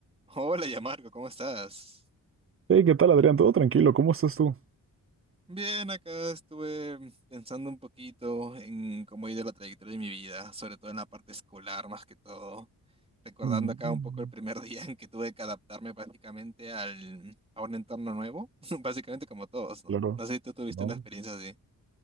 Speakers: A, on the right; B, on the right.
A: Hola, Yamarco, ¿cómo estás?
B: Hey, ¿qué tal, Adrián? ¿Todo tranquilo? ¿Cómo estás tú?
A: Bien, acá estuve pensando un poquito en cómo ha ido la trayectoria de mi vida, sobre todo en la parte escolar más que todo, recordando
B: Mm,
A: acá un poco el primer <laughs> día en que tuve que adaptarme básicamente al, a un entorno nuevo, <laughs> básicamente como todos, ¿no?
B: Claro,
A: No sé si tú tuviste
B: ¿no?
A: una experiencia así.